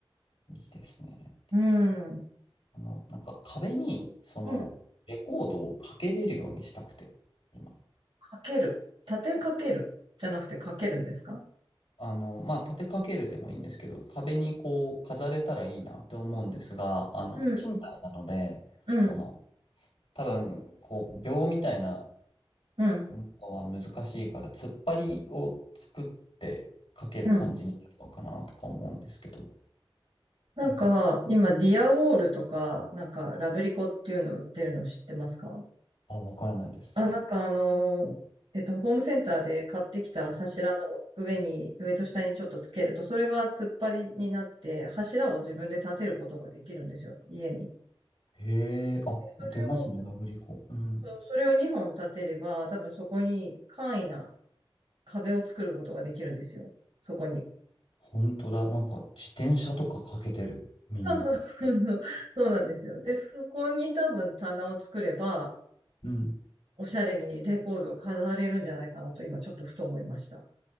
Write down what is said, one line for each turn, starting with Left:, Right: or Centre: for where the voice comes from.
Left: いいですね。
Right: うん。
Left: あの、なんか壁に、その、
Right: うん。
Left: レコードをかけれるようにしたくて、今。
Right: かける。立てかけるじゃなくてかけるんですか
Left: あの、まあ、立てかけるでもいいんですけど、壁にこう、飾れたらいいなって思うんですが、あの、
Right: うん。
Left: 賃貸なので、
Right: うん。
Left: その、多分、こう、秒みたいな
Right: うん。
Left: のは難しいから、突っ張りを作ってかける感じになるのかなとか思うんですけど、
Right: うん。なんか、
Left: なんか、
Right: 今、ディアウォールとか、なんか、ラブリコっていうの売ってるの知ってますか
Left: あ、わからないです。
Right: あ、なんかあのー、えっと、ホームセンターで買ってきた柱の上に、上と下にちょっとつけると、それが突っ張りになって、柱を自分で立てることができるんですよ、家に。
Left: へえ、あ、
Right: でそれを、
Left: 出ますね、ラブリコ。うん。
Right: そうそれを2本立てれば、多分そこに簡易な壁を作ることができるんですよ、そこに。
Left: 本当だ。なんか自転車とかかけてる。みんな。
Right: そうそう、そうそう、そうなんですよ。で、そこに多分棚を作れば、
Left: うん。
Right: おしゃれにレコードを飾れるんじゃないかなと、今ちょっとふと思いました。